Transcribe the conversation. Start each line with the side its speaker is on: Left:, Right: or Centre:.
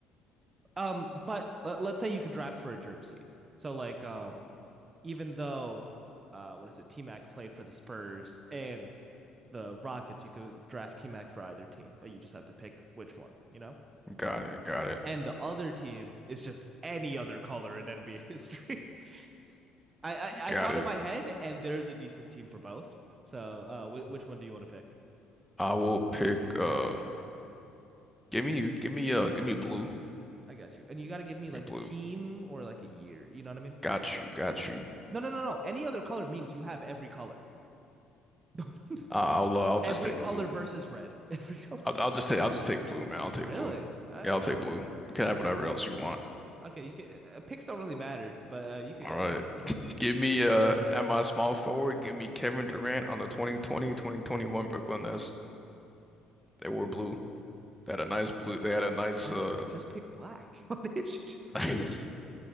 Right: Um, but let, let's say you could draft for a jersey. So like um even though uh what is it, T-Mac played for the Spurs and the Rockets, you could draft T-Mac for either team, but you just have to pick which one, you know?
Centre: Got it. Got it.
Right: And the other team is just any other color in NBA history. <laughs> I, I I
Centre: Got
Right: thought
Centre: it.
Right: in my head, and there's a decent team for both. So, uh, wh- which one do you want to pick?
Centre: I will pick uh give me give me uh give me blue. Give
Right: I got you. And you got to give me like
Centre: me blue.
Right: a team or like a year. You know what I mean?
Centre: Got you. Got you.
Right: No, no, no, no. Any other color means you have every color. <laughs> No, no, no.
Centre: Uh, I'll uh, I'll just
Right: Every
Centre: take
Right: color
Centre: blue.
Right: versus red. <laughs> Every color.
Centre: I'll I'll just say I'll just take blue, man. I'll take
Right: Really?
Centre: blue.
Right: I,
Centre: Yeah, I'll
Right: I,
Centre: take blue. You can
Right: I, uh,
Centre: have whatever else you want.
Right: okay. You can, uh, picks don't really matter, but uh, you could
Centre: All
Right: go
Centre: right.
Right: first. <laughs> Yeah.
Centre: <laughs> Give me uh at my small forward, give me Kevin Durant on the 2020-2021 Brooklyn Nets. They wore blue. They had a nice blue. They had a nice
Right: Why
Centre: uh
Right: didn't you just pick black? <laughs> Why didn't you just?
Centre: <laughs>